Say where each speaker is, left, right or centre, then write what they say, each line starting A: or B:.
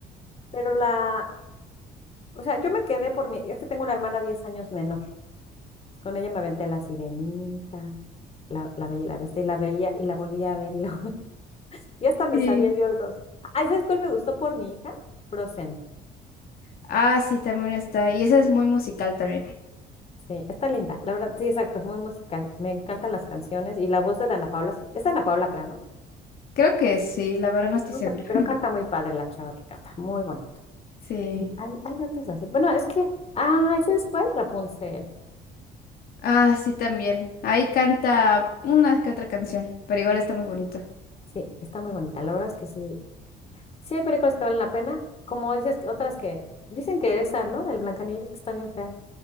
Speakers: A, on the left; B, on the left.
A: Pero la, o sea, yo me quedé por mi, es que tengo una hermana 10 años menor. Con ella me aventé La Sirenita, La, la Bella y la Bestia, y la veía y la volvía a ver y, la, <laughs> y hasta me
B: sí.
A: sabía yo los... Ay, ¿sabes cuál me gustó por mi hija? Frozen.
B: Ah, sí, también está. Y esa es muy musical también.
A: Sí, está linda. La verdad, sí, exacto, es muy musical. Me encantan las canciones y la voz de Dana Paula, es Dana Paula, creo, ¿no?
B: Creo que sí, la verdad no estoy
A: No
B: segura.
A: sé, pero
B: <laughs>
A: canta muy padre la chava que canta, muy bonito.
B: Sí.
A: Y hay, hay otras así. Bueno, es que, ay, ¿sabes cuál? Rapunzel.
B: Ah, sí, también. Ahí canta una que otra canción, pero igual está muy bonito.
A: Sí, está muy bonita. La verdad es que sí, Sí hay películas que valen la pena, como dices que otras que dicen que esa, ¿no? Del Blancanieves que está bien fea.